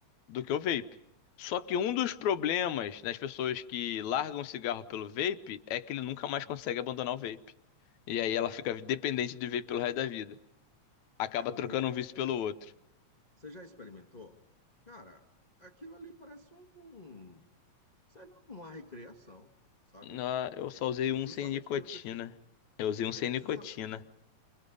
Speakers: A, on the left; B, on the left.
A: do que o vape. Só que um dos problemas nas pessoas que largam o cigarro pelo vape é que ele nunca mais consegue abandonar o vape. E aí ela fica dependente de vape pelo resto da vida. Acaba
B: É, o
A: trocando
B: vape
A: um vício
B: é
A: pelo outro.
B: Você já experimentou? Cara, aquilo ali parece um, sei lá, uma recriação, sabe?
A: Não, eu só
B: Ju-
A: usei um
B: justamente
A: sem nicotina.
B: pelo que eu tinha.
A: Eu usei um sem
B: É,
A: nicotina.
B: justa,